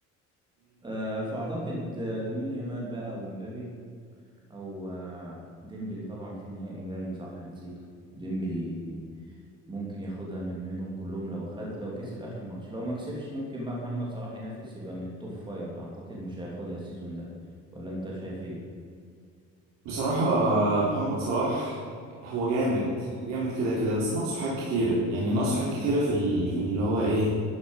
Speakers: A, on the right; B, on the right.
A: أه فأعتقد آه، لامين يامال بقى ومبابي أو آه، ديمبلي طبعا في نهائي جاي صح نسيته ديمبلي ممكن ياخدها من منهم كلهم لو خد لو كسب آخر ماتش لو ما كسبش ممكن بقى محمد صلاح ينافس يبقى من التوب فايف أعتقد مش هياخدها السيزون ده ولا أنت شايف ايه؟
B: بصراحة محمد صلاح هو جامد جامد كده كده بس ناقصه حاجات كتيرة يعني ناقصه حاجات كتيرة في ال... في اللي هو ايه